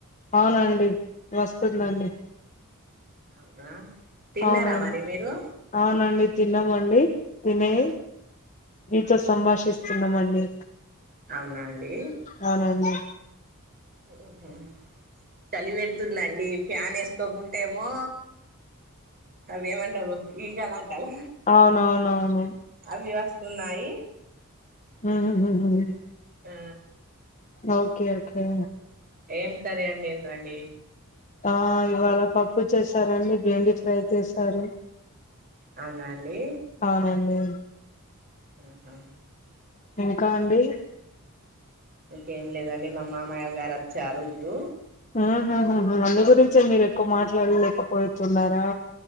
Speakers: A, on the left (about 35°); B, on the right (about 40°).
A: అవునండి వస్తుందండి
B: అవునా తిన్నారా
A: అవునండ్
B: మరి మీరు
A: అవునండి తిన్నామండి తినే మీతో సంభాషిస్తున్నమండి
B: అవునా అండి
A: అవునండి
B: ఉహు చలి వెడుతుందండి ఫ్యాన్ ఏసుకోకుంటేమో అవేమంటలు ఈగలాంటలా
A: అవునవునవును
B: అవి వస్తువున్నాయి
A: ఉ హు హు హ్
B: ఆ
A: ఓకే ఓకే
B: ఏం కర్రీ వండిర్రు అండి.
A: ఆ ఇవాళ పప్పు చేసానండి. బెండి ఫ్రై చేసాను.
B: అవునా అండి.
A: అవునండి.
B: మ్ హూ
A: ఇంకా అండి
B: ఇంకేం లేదండి మా మామయ్య గారు వచ్చారు ఇటు
A: ఆ అందు గురించే మీరు ఎక్కువ మాట్లాడలేకపోతున్నారా?